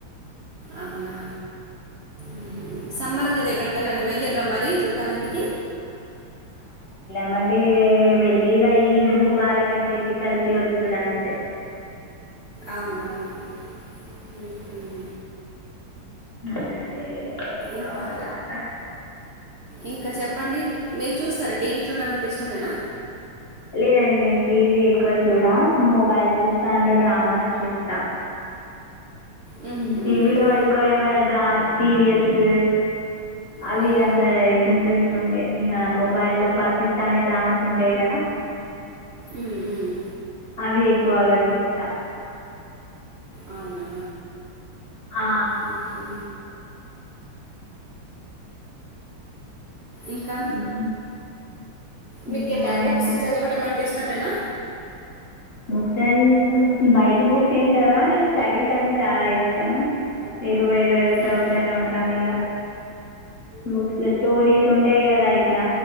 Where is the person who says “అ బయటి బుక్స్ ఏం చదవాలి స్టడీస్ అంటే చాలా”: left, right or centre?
Left